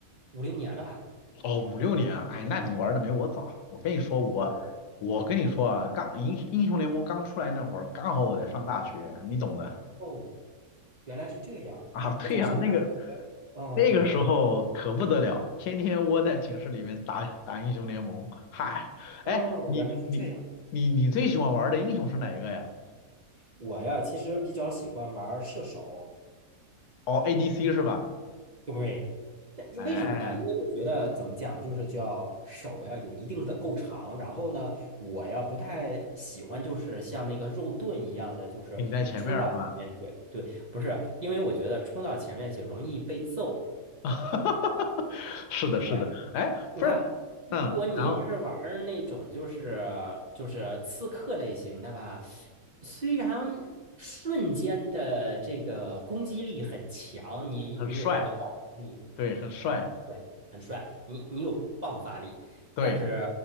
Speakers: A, on the right; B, on the left.
A: 五六年了吧。
B: 哦，五六年啊，哎，那你玩的没我早。我跟你说，我我跟你说啊，
A: 哦
B: 刚英英雄联盟刚出来那会儿，刚好我在上大学，你懂的
A: 哦，原来是这样，
B: 啊。对呀，
A: 你在上大学？
B: 那个
A: 嗯嗯
B: 那个时候可不得了，天天窝在寝室里面打打英雄联盟。嗨，
A: 嗯，
B: 哎，
A: 哦原来是这样。
B: 你你你你最喜欢玩的英雄是哪一个呀？
A: 我呀，其实比较喜欢玩儿射手。
B: 哦，ADC 是吧？
A: 对，但因为什么呢？
B: 哎，
A: 因为我觉得怎么讲，就是叫手呀有一定的够长，然后呢，我呀不太喜欢就是像那个肉盾一样的，就是冲到前面去。
B: 顶在前面儿是吧？
A: 对，不是，因为我觉得冲到前面去容易被揍。
B: <laughs> 哈哈哈是的，是的。
A: 对，
B: 哎，
A: 你看，
B: 不是，
A: 如果你要是玩儿那种就是就是刺客类型的吧，
B: 嗯，然后
A: 虽然瞬间的这个攻击力很强，你你有这个爆发力。
B: 很帅，对，很帅。
A: 对，很帅，你你有爆发力，
B: 对，
A: 但是